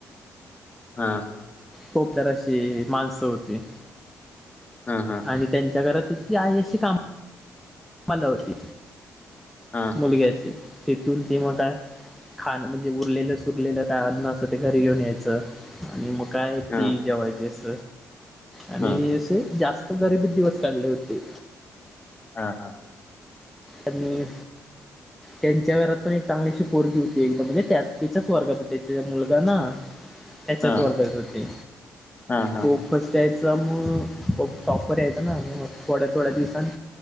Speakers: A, on the left (about 25°); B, in the centre.
A: हा.
B: खोपदर अशी माणसं होती
A: हा हा
B: आणि त्यांच्या घरात तिची आहे अशी कामाला होती.
A: हा
B: मुलग्याची ती चुलती मोठाय. खाण म्हणजे उरलेलं सुरलेलं काय अन्न असं ते घरी येऊन यायचं आणि. काय
A: हा
B: ती जेवा्हायची अस. आणि
A: हा
B: हे असे जास्त गरिबीत दिवस काढले होते.
A: हा हा.
B: आणि. त्यांच्या घरात पण एक चांगलीशी पोरगी होती एकदा म्हणजे त्या त्याच्याच वर्गात त्याचा मुलगा ना. त्याच्यात
A: हा
B: वर्गात होती
A: हा हा
B: तो फस्ट टाइम. च मग खूप टॉपर यायचां ना हे मग थोड्या थोड्या दिवसांनी.